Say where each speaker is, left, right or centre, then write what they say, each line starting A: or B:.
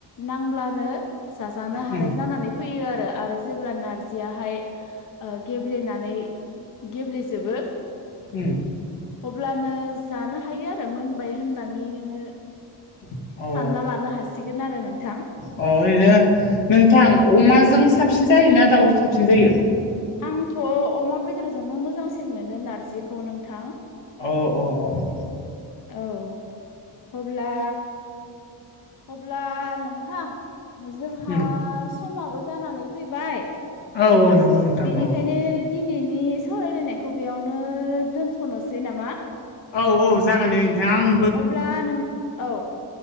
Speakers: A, on the left; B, on the left.
A: नांब्लानो जाजानो हानाय
B: उम
A: जानानै फैयो आरो जेब्ला नार्स जयहाय गेब्लेनानै गेब्लेजोबो
B: उम
A: अब्लानो जानो हायो आरो मोनबाय होननानै नोङो
B: अ
A: सानना लानो हासिगोन आरो नोंथां
B: अ ओरैनो नोंथां अमाजों साबसिन जायोना दाउजों साबसिन जायो?
A: आंथ' अमा बेदरजोंनो मोजांसिन मोनो नारजिखौ नोंथां
B: औ औ औ
A: औ अब्ला अब्ला नोंथां जोंहा
B: उम
A: समाबो जानानै फैबाय
B: औ औ नंगौ नोंथां
A: बेनिखायनो
B: औ
A: दिनैनि सावरायलायनायखौ बेयावनो दोनथ'नोसै नामा?
B: औ औ जागोन दे नोंथां आं
A: अब्ला नों औ